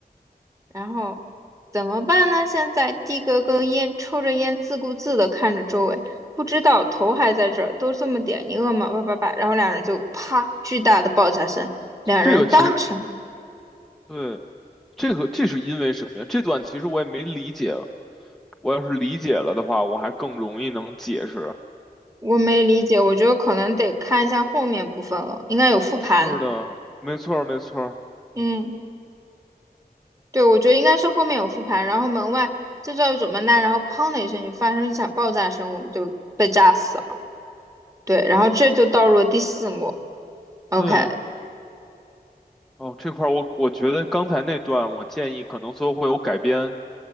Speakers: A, on the right (about 20°); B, in the centre.
A: 然后怎么办呢？现在的哥哥烟抽着烟，自顾自地看着周围，不知道头还在这儿，都这么点，你饿吗？叭叭叭，然后两人就啪，巨大的爆炸声，两人当场，
B: 这个其实对，这个这是因为什么呀？这段其实我也没理解，我要是理解了的话，我还更容易能解释。
A: 我没理解，我觉得可能得看一下后面部分了，应该有复盘，
B: 是的，没错儿，没错儿。
A: 嗯，对，我觉得应该是后面有复盘，然后门外这叫怎么呢？然后砰的一声就发生一场爆炸声，我们就被炸死了，对，然后这就到入了第四幕，OK。
B: 对，哦，这块儿我我觉得刚才那段，我建议可能最后会有改编。